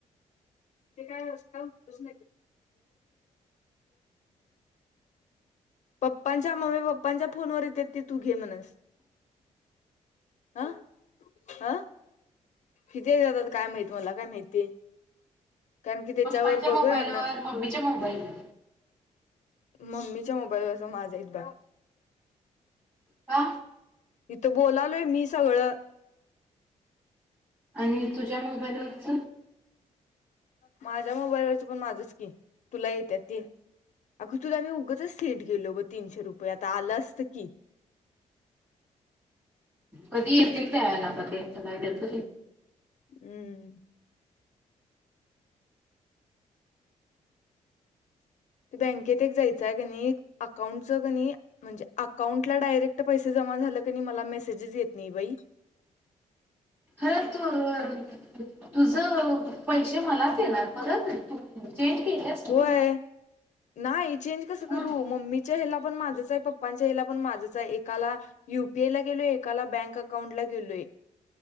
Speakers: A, on the left; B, on the right.
A: ते काय असत ् पप्पांच्या मम्मी पप्पांच्या फोनवर येते तेी तू घे म्हणस आा अं कितीे जातात काय माहिती मला काय माहिती कारण कि त्याच्यावर
B: पप्पाच्या
A: बघ
B: मोबाईलवर
A: ना
B: मम्मीच्या मोबाईलवर
A: मम्मीच्या मोबाईलवर अस माझाहीत बग
B: का
A: इथं बोलालोय मी सगळं
B: आणि तुझ्या मोबाईलाच
A: माझ्या मोबाईलवरचं पण माझंच की तुला येते ते अगं तुला मी उगंच सेंड केलो ब तीनशे रुपये आता आलं असतं की
B: कधी येतील तेयला कधीला देत
A: हम्म बँकेत एक जायचय क अकाउंट क म्हणजे अकाउंटला डायरेक्ट पै म
B: खरं तू तुझ पैसे मलाच येणार परत चेंज केले असते
A: होय
B: ना
A: नाही चेंज कस
B: हं.
A: करू म्मीच्या ह पण माझ पप्पांच्या हला पण माझच आहे एकाला युपीआय ला गेलोय एकाला बँक अकाउंट ला गेलोय